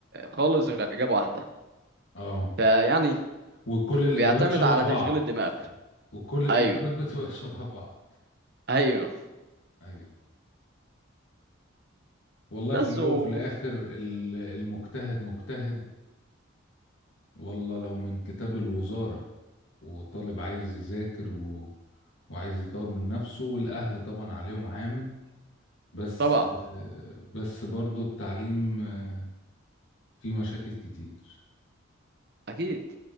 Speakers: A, on the right; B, on the left.
A: خالص غير اجابة واحدة
B: اه
A: فيعني
B: وكل الاجابات
A: بيعتمد
B: شبه
A: على
B: بعض
A: تشغيل الدماغ
B: وكل الاجابات
A: ايوه
B: بتبقى <laughs> شبه بعض
A: ايوه
B: ايوه والله
A: بس
B: في الاول
A: و...
B: وفي الاخر ال- المجتهد مجتهد والله لو من كتاب الوزارة وطالب عايز يذاكر و... وعايز يطور من نفسه والاهل طبعا عليهم عامل بس
A: طبعا
B: آه، بس برضو التعليم آه، فيه مشاكل كتير
A: اكيد